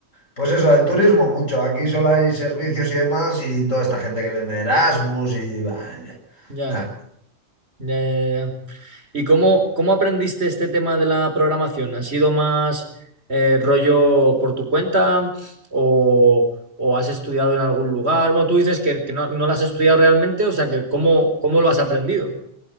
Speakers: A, on the left; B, on the right.
A: pues eso, el turismo mucho. Aquí solo hay servicios y demás y toda esta gente que vende Erasmus y... bah,
B: Ya,
A: ja.
B: ya, ya, ya. ¿Y cómo, cómo aprendiste este tema de la programación? ¿Ha sido más eh, rollo por tu cuenta o, o has estudiado en algún lugar? Bueno, tú dices que, que no, no lo has estudiado realmente, o sea que ¿cómo, cómo lo has aprendido?